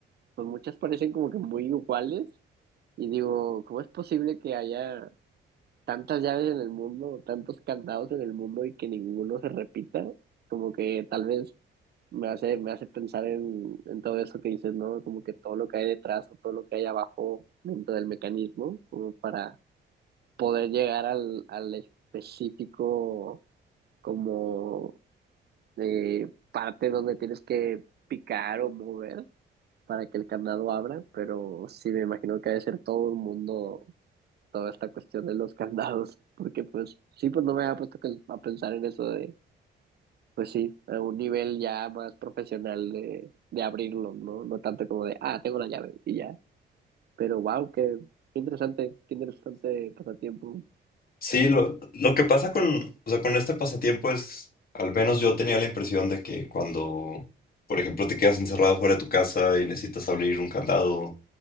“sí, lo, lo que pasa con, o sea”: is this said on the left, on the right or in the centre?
Left